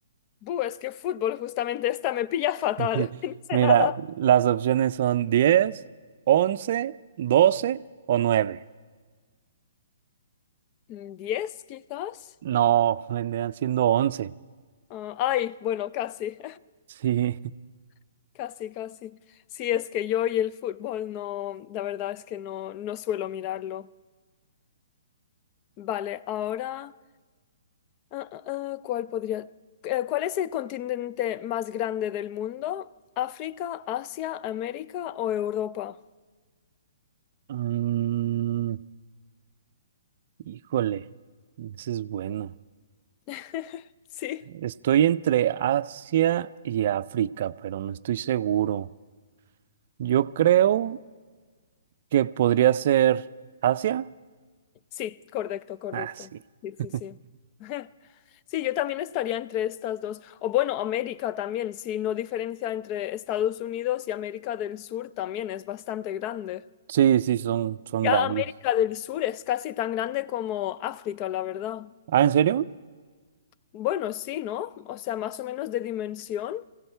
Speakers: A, on the left (about 35°); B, on the right (about 50°).
A: Buh, es que fútbol, justamente esta me pilla fatal.
B: <laughs>
A: <laughs> No sé
B: Mira,
A: nada.
B: las opciones son 10, 11, 12 o 9.
A: Mm, ¿Diez, quizás?
B: No, vendrían siendo 11.
A: Ah, ay, bueno, casi,
B: Sí. <laughs>
A: <laughs> casi, casi. Sí, es que yo y el fútbol no, la verdad es que no, no suelo mirarlo. Vale, ahora. Ah, ah, ah, ¿cuál podría? eh, ¿Cuál es el continente más grande del mundo? ¿África, Asia, América o Europa?
B: Mm, híjole, ese es bueno.
A: <laughs> Sí,
B: Estoy entre Asia y África, pero no estoy seguro. Yo creo que podría ser Asia.
A: sí, correcto, correcto.
B: Ah, sí.
A: Sí, sí,
B: <laughs>
A: sí. <laughs> Sí, yo también estaría entre estas dos. O bueno, América también, si no diferencia entre Estados Unidos y América del Sur también es bastante grande.
B: Sí, sí, son, son
A: Ya
B: grandes.
A: América del Sur es casi tan grande como África, la verdad.
B: Ah, ¿en serio?
A: Bueno, sí, ¿no? O sea, más o menos de dimensión.